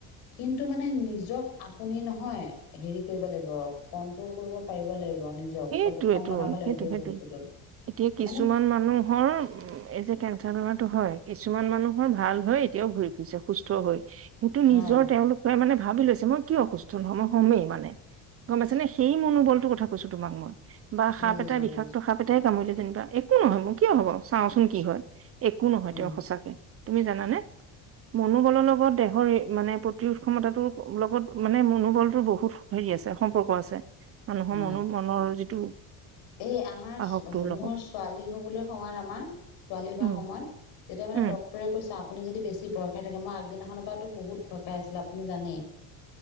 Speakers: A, on the left; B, on the right.
A: কিন্তু মানে নিজক আপুনি নহয় হেৰি কৰিব লাগিব কন্ট্ৰল কৰিব পাৰিব লাগিব। নিজক
B: সেইটোৱেটো
A: সক্ষম বনাব লাগিব
B: সেইটো
A: সেই
B: সেইটো
A: বস্তুটোত
B: এতিয়া কিছুমান
A: মানে
B: মানুহৰ উম, এই যে কেঞ্চাৰ বেমাৰতো হয় কিছুমান মানুহৰ ভাল হয় এতিয়াও ঘূৰি ফুৰিছে সুস্থ হৈ। সোৰতো
A: হয়
B: নিজৰ তেওঁলোকে মানে ভাবি লৈছে মই কি অসুস্থ ধৰ্ম সেই মানে গম পাইছে নে সেই মনোবলটোৰ কথা কৈছো তোমাক মই। বা
A: বুজিছো
B: সাপ এটা বিষাক্ত
A: বুজিছো
B: সাপ এটাই কামূৰিলে যেনিবা একো নহয় মোৰ কিয় হ'ব চাওঁচোন কি হয়। একো নহয়
A: উম
B: তেওঁ সঁচাকে তুমি জানানে মনোবলৰ লগত দেহৰ মানে প্ৰতিৰোধ ক্ষমতাটোৰ লগত মানে মনোবলটো বহুত আছে সম্পৰ্ক আছে মানুহৰ
A: হয়
B: মনো মনৰ যিটো
A: এই আমাৰ
B: সাহসটোৰ লগত
A: মোৰ ছোৱালী হবলৈ সময়ত আমাৰ ছোৱালী হোৱাৰ
B: উম
A: সময়ত তেতিয়া মানে
B: উম
A: ডক্টৰে কৈছে আপুনি যদি বেছি ভয় খাই থাকে মই আগদিনাখনৰ পৰাতো বহুত ভয় খাই আছিলে আপুনি জানেই